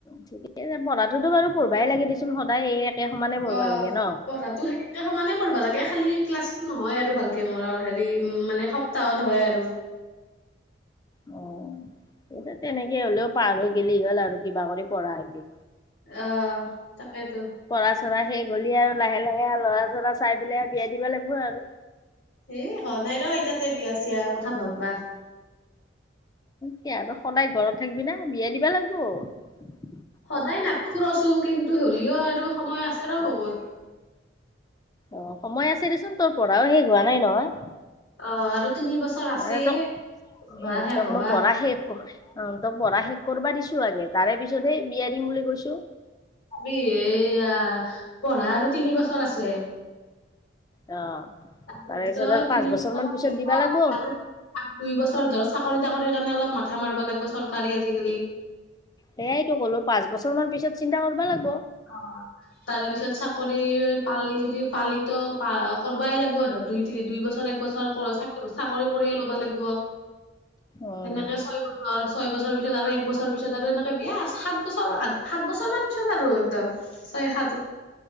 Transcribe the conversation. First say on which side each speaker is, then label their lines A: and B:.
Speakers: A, on the left; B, on the left.
A: ঠিকেই পঢ়াটোতো বাৰু পঢ়বাই লাগে দিচোন সদায় একে এই সমানে পঢ়বা
B: অ'
A: লাগে ন
B: পঢ়াটো সেই সমানে পঢ়বা লাগে খালি ক্লাছটো নহয় আৰু। তে মোৰ হেৰি মানে সপ্তাহত হয় আৰু।
A: অ' তেনেকে হ'লেও পাৰ হৈ গেলি হ'ল আৰু কিবা কৰি পঢ়া খিনি।
B: অ'। তাকেইতো
A: পঢ়া চঢ়া শেষ হলি আৰু লাহে লাহে আৰু লৰা চৰা চাই পেলাই আৰু বিয়াই দিব লাগিব আৰু।
B: এ হোৱা নাই ৰ ইতাতে বিয়া চিয়াৰ আৰু কথা ভাববা।
A: কি আৰু সদায় ঘৰত থাকিবি না বিয়া দিবা লাগিব।
B: সদায় নাতখুৰছোন কিন্তু হলেও আৰু সময় আছে ৰ বহুত।
A: অ' সময় আছে দেচোন তোৰ পঢ়াও শেষ হোৱা নাই নহয়।
B: অ আৰু তিনি বছৰ আছেয়ে
A: মানে ত,
B: হবা
A: উম,
B: শেষ
A: তাক
B: হবা
A: মই পঢ়াহে একো অ', তই পঢ়া শেষ কৰিবা দিছো আগে, তাৰে পিছত হেই বিয়া দিম বুলি কৈছো।
B: ভাবি এইয়া পঢ়া আৰু তিনি বছৰ আছে।
A: অ'।
B: তাৰ
A: তাৰে
B: পিছত
A: আৰু
B: তিনি
A: পাঁচ বছৰ
B: বছৰৰ
A: মান
B: পিছত
A: দিবা লাগব।
B: আৰু দুই বছৰ ধৰ চাকৰি তাকৰিৰ কাৰণে অলপ মান মাথা মাৰিব লাগিব, চৰকাৰী আজিকালি
A: সেয়াইটো ক'লো পাঁচ বছৰ মান পিছত চিন্তা কৰিবা লাগি
B: অ', তাৰে পিছত চাকৰি পালি যদি পালিতো প কৰিবাই লাগিব ধৰ দুই তিনি দুই বছৰ এক বছৰ চ চাকৰি কৰিয়ে ল'ব লাগিব
A: অ'
B: সেনেকে ছয় বছৰ ছয় বছৰ পিছত আৰু এক বছৰ পিছত আৰু এনেকৈ বিয়া, সাত বছৰ সাত বছৰমান পিছত আৰু একদম ছয় সাঁত